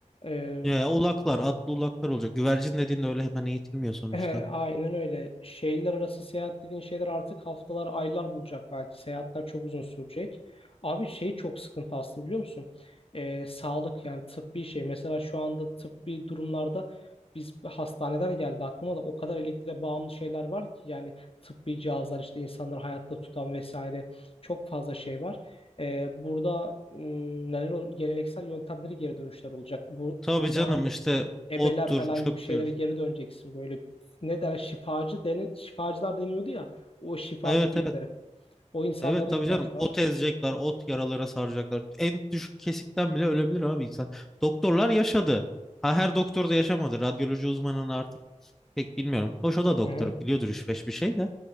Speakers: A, on the left; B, in the centre.
A: Ee,
B: ya, ya ulaklar, atlı ulaklar olacak. Güvercin dediğin de öyle hemen eğitilmiyor sonuçta.
A: <laughs> Aynen öyle. Şehirler arası seyahat dediğin şeyler artık haftalar, aylar bulacak belki. Seyahatler çok uzun sürecek. Abi şey çok sıkıntı aslında biliyor musun? Ee, sağlık yani tıbbi şey. Mesela şu anda tıbbi durumlarda biz hastaneler geldi aklıma da o kadar elektriğe bağımlı şeyler var ki yani tıbbi cihazlar işte insanları hayatta tutan vesaire çok fazla şey var. Ee, burada ım, neler olur? Geleneksel yöntemleri geri dönüşler olacak. Bu
B: Tabii
A: konuda
B: canım
A: hala
B: işte
A: ebeler
B: ottur,
A: falan
B: çöptür.
A: gibi şeylere geri döneceksin. Böyle ne der şifacı deni şifacılar deniyordu ya o şifacı
B: Evet
A: bilgileri.
B: evet.
A: O insanlara
B: Evet tabii
A: ihtiyaç
B: canım.
A: var.
B: Ot ezecekler, ot yaralara saracaklar. En düşük kesikten bile ölebilir abi insan. Doktorlar yaşadı. Ha her doktor da yaşamadı. Radyoloji uzmanını artık pek bilmiyorum. Hoş o da doktor
A: Hı hı.
B: biliyordur üç beş bir şey de.